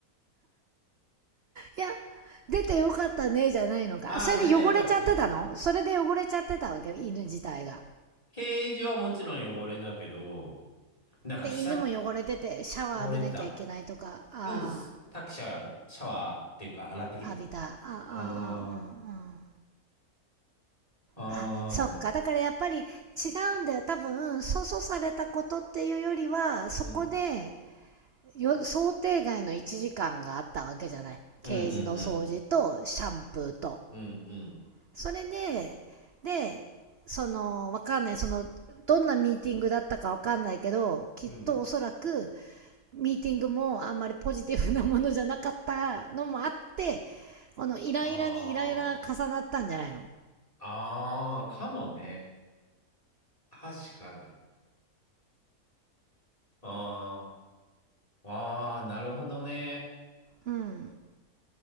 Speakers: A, on the right (about 50°); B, on the left (about 25°).
A: いや、出てよかったね、じゃないのか。
B: ああ、
A: それで汚れちゃってたのそれで汚れちゃってたわけ犬自体が。
B: 出てよかったね。ケージはもちろん汚れてたけど、なんか久、
A: で、犬も汚れてて、シャワー浴びなきゃいけないとか、
B: 汚れてた。
A: あ
B: うん、タクシャは、シャワーっていうか洗ってきた。
A: あ、浴びた。あ、
B: あ
A: うんうんうんうん。
B: あ、
A: あ、そっか。
B: ああ。
A: だからやっぱり違うんだよ。多分、粗相されたことっていうよりは、そこで、
B: うん。
A: よ想定外の1時間があったわけじゃない。
B: うんうんうん。
A: ケージの掃除と、シャンプーと、
B: うんうん。
A: それで、で、その、わかんない、その、どんなミーティングだったかわかんないけど、きっとおそらく、
B: うん。
A: ミーティングもあんまりポジティブなものじゃなかったのもあって、このイライラにイライラ重なったんじゃないの
B: ああ。ああ、かもね。確かに。ああ。ああ、なるほどね。
A: うん。